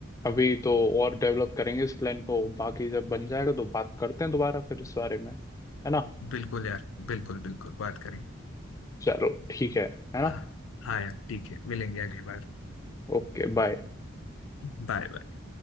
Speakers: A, on the left (about 15°); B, on the left (about 75°).
A: अभी तो और डेवलप करेंगे इस प्लान को बाकी जब बन जाएगा तो बात करते हैं दोबारा फिर इस बारे में है ना
B: बिल्कुल यार बिल्कुल बिल्कुल बात करेंगे
A: चलो ठीक है है ना
B: हाँ हाँ यार ठीक है मिलेंगे अगली बार
A: Okay bye
B: <laughs> Bye bye